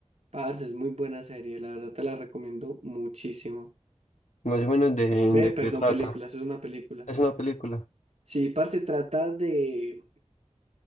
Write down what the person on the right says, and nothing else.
Parce, es muy buena serie, la verdad te la recomiendo muchísimo.
Ve,
perdón,
película, eso es una película.
Sí, parce, trata de,